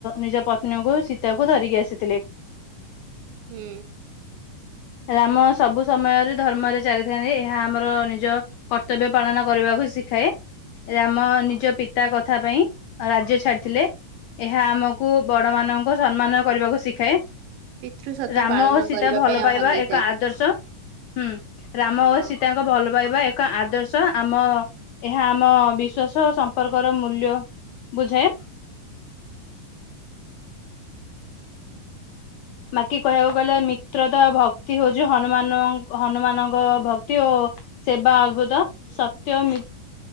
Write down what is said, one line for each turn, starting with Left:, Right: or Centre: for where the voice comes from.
Left: ନିଜ ପତ୍ନୀଙ୍କୁ ସୀତାକୁ ଧରିକି ଆସି <unintelligible>
Right: ହୁଁ।
Left: ରାମ ସବୁ ସମୟରେ ଧର୍ମରେ ଚାଲିଥାନ୍ତି ଏହା ଆମର ନିଜ କର୍ତ୍ତବ୍ୟ ପାଳନ କରିବାକୁ ଶିଖା ରାମ ନିଜ ପିତା କଥା ପାଇଁ ରାଜ୍ୟ ଛାଡିଥିଲେ। ଏହା ଆମକୁ ବଡ ମାନଙ୍କୁ ସମ୍ମାନ କରିବାକୁ ଶିଖାଏ।
Right: ପିତୃ ସତ
Left: ରାମ
Right: ପାଳନ
Left: ଓ ସୀତା
Right: କରିବା
Left: ଭଲ
Right: ପାଇଁ ଆହ୍ୱାନ
Left: ପାଇବା
Right: ଦେଇଥାଏ
Left: ଏକ ଆଦର୍ଶ ହୁଁ ରାମ
Right: ହଁ
Left: ଓ ସୀତା ଭଲ ପାଇବା ଏକ ଆଦର୍ଶ ଆମ ଏହା ଆମ ବିଶ୍ଵାସ ଓ ସମ୍ପର୍କର ମୂଲ୍ୟ ବୁଝେ। ବାକି କହିବାକୁ ଗଲେ ମିତ୍ରତା ଭକ୍ତି ହଉଛି ହନୁମାନ ହନୁମାନଙ୍କ ଭକ୍ତି ଓ ସେବା ଅଦ୍ଭୁତ ସତ୍ୟ ମି